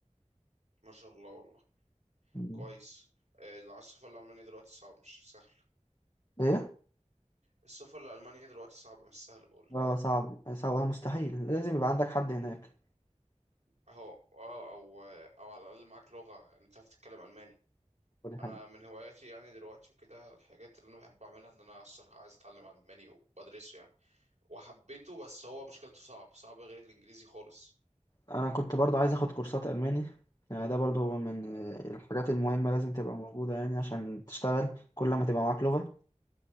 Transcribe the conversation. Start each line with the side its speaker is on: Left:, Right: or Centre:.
Right: ما شاء الله والله
Left: مم.
Right: كويس آه، لو عايز السفر لألمانيا دلوقتي صعب مش سهل
Left: ايه
Right: السفر لألمانيا دلوقتي صعب مش سهل بقولك
Left: اه صعب صعب مستحيل لازم يبقى عندك حد هناك
Right: أهو أه أو أو على الأقل معاك لغة يعني تعرف تتكلم ألماني
Left: ودي
Right: أنا
Left: حاجة
Right: من هواياتي يعني دلوقتي وكده الحاجات اللي أنا بحب أعملها إن أنا الصراحة عايز أتعلم ألماني وبدرسه يعني وحبيته بس هو مشكلته صعب صعب غير الإنجليزي خالص
Left: أنا كنت برضو عايز أخد كورسات ألماني يعني ده برضو من آه، الحاجات المهمة لازم تبقى موجودة يعني عشان تشتغل كل ما تبقى معاك لغة